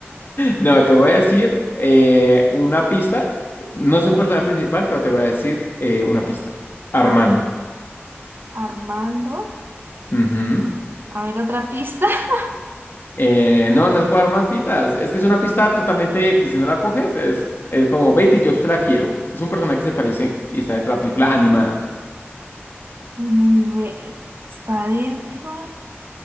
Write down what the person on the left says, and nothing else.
No, te voy a decir eh, una pista. No es un personaje principal, pero te voy a decir eh, una pista. Armando.
Ujú.
Eh, no, no se puede dar más pistas. Es que es una pista totalmente X. Si no la coges, es, es como Betty, yo te la quiero. Es un personaje que se parece y está dentro de la película animada.